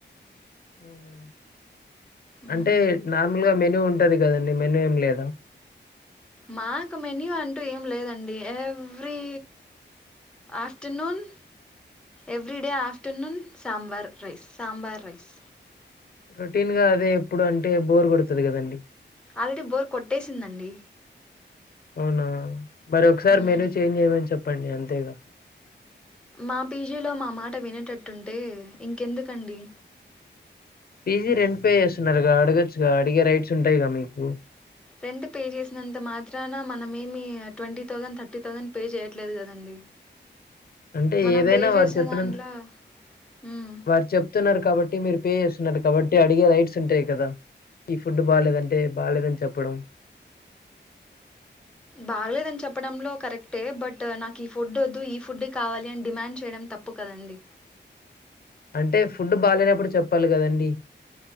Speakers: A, on the left; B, in the centre.
A: అవునా
B: ఉమ్
A: అంటే నార్మల్ గా మెనూ ఉన్ టది కదండి మెను ఏం లేదా
B: మాక్ మెన్యూ అంటూ ఏం లేదండి ఎవీ afternoon every day afternoon sambar rice sambar rice
A: routine గా అదే ఎప్పుడు అంటే బోర్ కొడుతది కదండి
B: ఆల్రెడి బోర్ కొట్టేసిందండి
A: అవునా మరి ఒకసారి
B: మ్మ్.
A: మెను చేంజ్ చేయమని చెప్పండి అంతేగా
B: మా పీజీలో మా మాట వినేటట్టుంటే ఇంకెందుకండి
A: పీజీ రెంట్ పే చేస్తున్నారుగా అడగొచ్చుగా అడిగే రైట్స్ ఉంటాయిగా మీకు
B: రెంట్ పే చేసినంత మాత్రాన మనంమేమి twenty thousand thirty thousand pay చేయ్యట్లేదు కదండి
A: అంటే
B: మనం
A: ఏదైనా
B: పే
A: వార్
B: చేసే
A: చెప్పినంత
B: దాంట్లో మ్మ్
A: వార్ చెప్తున్నారు కాబట్టి మీరు పే చేస్తున్నారు కాబట్టి అడిగే రైట్స్ ఉంటాయి కదా ఈ ఫుడు బాలేదంటే బాలేదని చెప్పడం
B: బాలేదని చెప్పడంలో కరెక్టే బట్ నాకు ఈ ఫుడ్ ఒద్దు ఈ ఫుడే కావాలి అని డిమాండ్ చేయడం తప్పుకదండి
A: అంటే ఫుడ్ బాలేనప్పుడు చెప్పాలికదండి